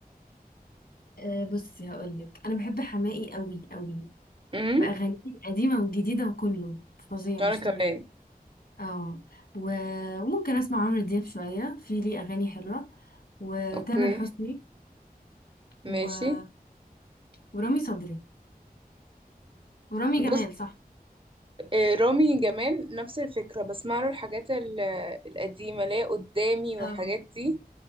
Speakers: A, on the left; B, on the right.
A: آه، بصي هقولك انا بحب حماقي قوي قوي
B: امم
A: باغانيه القديمة والجديدة وكله فظيع
B: وانا
A: مش
B: كمان
A: طبيعي اه و- وممكن اسمع عمرو دياب شوية في ليه اغاني حلوة وتامر
B: اوكي
A: حسني و...
B: ماشي
A: ورامي صبري ورامي
B: بص
A: جمال صح
B: آه، رامي جمال نفس الفكرة بسمع له الحاجات ال- القديمة اللي هي قدامي والحاجات
A: اه
B: دي